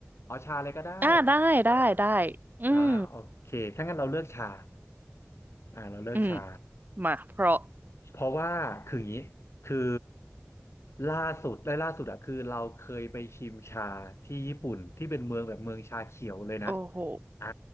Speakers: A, on the left; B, on the right.
A: เอาชาอะไรก็ได้
B: อ่าได้ได้ได้อืม
A: อ่าโอเคถ้างั้นเราเลือกชาอ่าเราเลือกชา
B: อืมมาเพราะ
A: เพราะว่าคืออย่างนี้คือล่าสุดและล่าสุดอะคือเราเคยไปชิมชาที่ญี่ปุ่นที่เป็นเมืองแบบเมืองชาเขียวเลยนะ
B: โอ้โห
A: อ่า